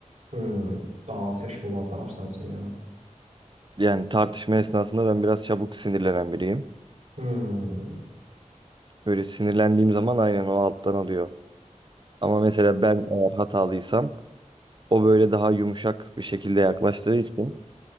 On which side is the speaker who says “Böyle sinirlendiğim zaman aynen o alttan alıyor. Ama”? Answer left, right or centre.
Right